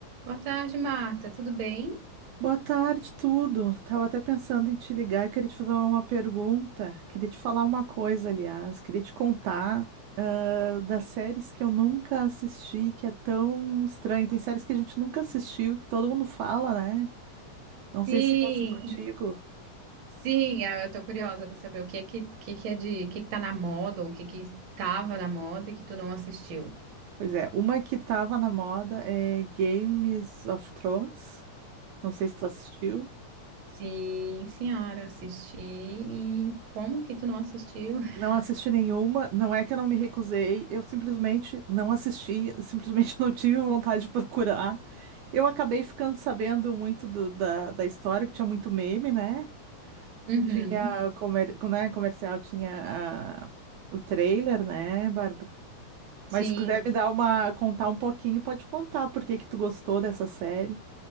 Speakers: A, on the right; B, on the right.
A: Boa tarde, Marta. Tudo bem?
B: Boa tarde, tudo. Tava até pensando em te ligar, queria te fazer uma pergunta, queria te falar uma coisa, aliás, queria te contar ah, das séries que eu nunca assisti, que é tão estranho. Tem séries que a gente nunca assistiu, que todo mundo fala, né? Não sei
A: Sim,
B: se é assim contigo.
A: sim, ah, eu tô curiosa para saber o que que, que que é de, o que que tá na moda ou o que que tava na moda e que tu não assistiu.
B: Pois é, uma que tava na moda é Games of Thrones. Não sei se tu assistiu.
A: Sim, senhora, assisti. E como que tu não assistiu? <laughs>
B: Não assisti nenhuma, não é que eu não me recusei, eu simplesmente não assisti, simplesmente <laughs> não tive vontade de procurar. Eu acabei ficando sabendo muito do- da, da história, que tinha muito meme, né?
A: Uhum,
B: Tinha comer, né, comercial, tinha ah, o trailer, né, Bárbara?
A: sim.
B: Mas se quiser me dar uma, contar um pouquinho, pode contar por que que tu gostou dessa série,